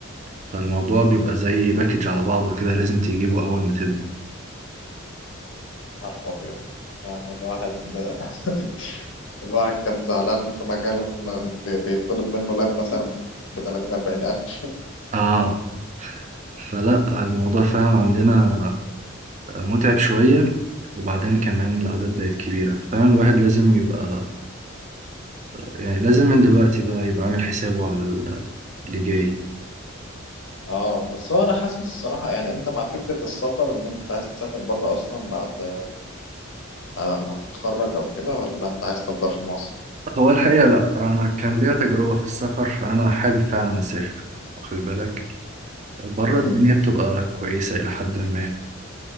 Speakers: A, on the right; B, on the left.
A: فالموضوع بيبقى زي باكج على بعضه كده لازم تجيبه أول ما تبدأ
B: نهار أبيض يعني الواحد <laughs> الواحد كان زعلان في مجاله إن بي- بيطلب منه لاب مثلا ب 30 40 ألف
A: آه فلا الموضوع فعلا عندنا متعب شوية وبعدين كمان الأعداد بقت كبيرة فعلا الواحد لازم يبقى يعني لازم من دلوقتي بقى يبقى عامل حسابه على ال- اللي جاي
B: اه بس هو انا حاسس الصراحه يعني انت مع فكره السفر ان انت عايز تسافر بره اصلا بعد بعد ما تتخرج او كده ولا انت عايز تفضل في مصر
A: هو الحقيقة لأ أنا كان ليا تجربة في السفر فأنا حابب فعلا أسافر واخد بالك بره
B: امم
A: الدنيا بتبقى كويسة إلى حد ما